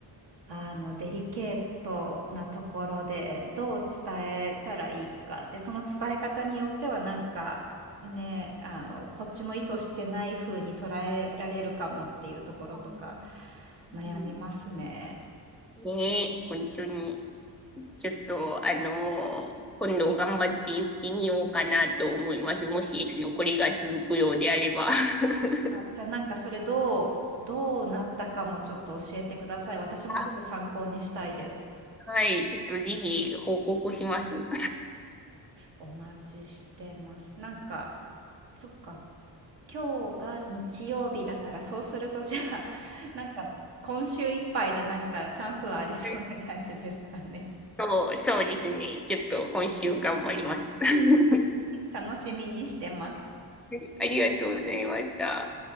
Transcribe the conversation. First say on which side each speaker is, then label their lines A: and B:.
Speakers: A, on the right; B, in the centre.
A: あの、デリケートなところで、どう伝えたらいいか、で、その伝え方によってはなんか、ね、あの、こっちの意図してない風に捉えられるかもっていうところとか、
B: うん
A: 悩みますね。
B: ねえ、本当に。ちょっと、あの、今度頑張って言ってみようかなと思います。もし、あの、これが続くようであれば。<laughs>
A: じゃあなんかそれどう、どうなったかもちょっと教えてください。私もちょっと参考にしたいです。
B: あ、はい、ちょっとぜひ報告します。
A: お待ちしてます。なんか、そっか。今日が日曜日だから、そうするとじゃあ、<laughs> なんか今週いっぱいでなんかチャンスはありそうな感じですかね。
B: <laughs> そう、そうですね。ちょっと今週頑張ります。<laughs>
A: 楽しみにしてます。
B: はいありがとうございました。